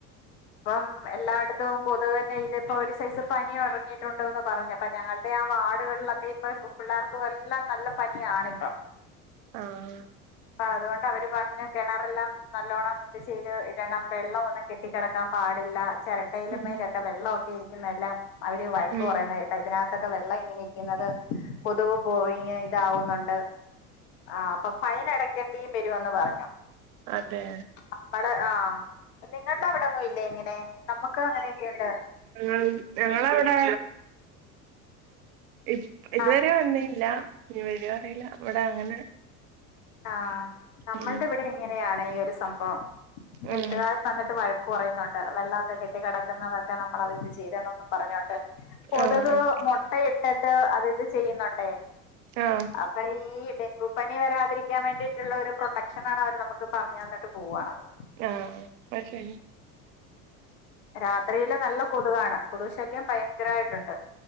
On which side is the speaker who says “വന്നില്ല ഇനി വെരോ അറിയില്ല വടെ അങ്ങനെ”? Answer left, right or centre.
Right